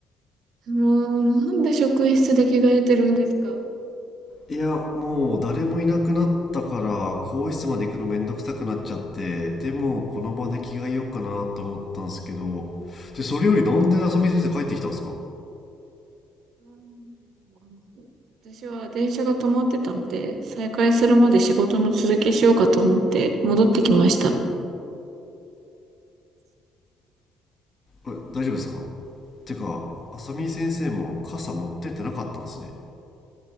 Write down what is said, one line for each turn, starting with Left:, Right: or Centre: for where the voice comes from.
Right: もう、なんで職員室で着替えてるんですかう
Left: いや、もう誰もいなくなったから、更衣室まで行くのめんどくさくなっちゃって、でもこの場で着替えようかなと思ったんですけど、で、それよりなんで浅見先生帰ってきたんですか
Right: ん私は電車が止まってたので、再開するまで仕事の続きしようかと思って戻ってきました。
Left: え、大丈夫ですかてか、浅見先生も傘持ってってなかったんですね。